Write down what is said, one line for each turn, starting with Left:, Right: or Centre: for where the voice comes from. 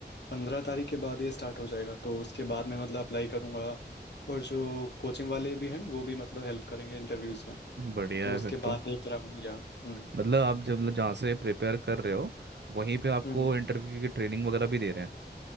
Left: पंद्रह तारीख के बाद ये स्टार्ट हो जाएगा तो उसके बाद मैं मतलब अप्लाई करूँगा और जो कोचिंग वाले भी हैं वो भी मतलब हेल्प करेंगे इंटरव्यूज में
Right: बढ़िया
Left: तो
Right: है
Left: उसके
Right: फिर तो
Left: बाद देख रहा हूँ या हम्म
Right: मतलब आप जब जहाँ से प्रिपेयर कर रहे हो वहीं पे आपको
Left: हम्म
Right: इंटरव्यू की ट्रेनिंग वगैरह भी दे रहे हैं